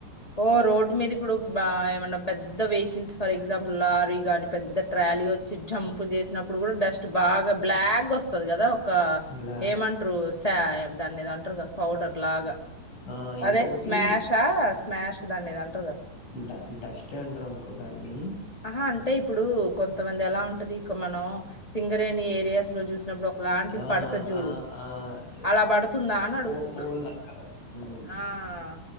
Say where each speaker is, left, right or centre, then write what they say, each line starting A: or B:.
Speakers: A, on the left; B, on the left.
A: ఓ రోడ్ మీదకు కూడ వస్ బా ఏమన్నా పెద్ద వెహికల్స్ ఫర్ ఎగ్జాంపుల్ లారీగాని పెద్ద ట్రాలీ వ చి జంప్ చేసినప్పుడు కూడా డస్ట్ బాగా బ్లాక్గా వస్తది కదా ఒక
B: బ్లాక్
A: ఏమంటరు తా దాన్ని ఏదో అంటారు కదా పౌడర్ లాగా
B: ఆ ఇంకోటి
A: అదే స్మాషా స్మాష్ దాన్ని ఏదో అన్
B: ఇంట ఇంట డస్ట్ ఎ అంటారు అనుకో దాన్ని
A: ఆహా అంటే ఇప్పుడు కొంతమంది ఎలా ఉంటది ఇక మనం సింగరేణి ఏరియాస్ లో చూసినప్పుడు ఒకలాంటిది
B: ఆ
A: పడుతది చూడు
B: ఆ ఆ
A: అలా పడుతుందా అని అడుగుతున్నా
B: కో కోల్ లక్క ఉమ్
A: ఆ ఆ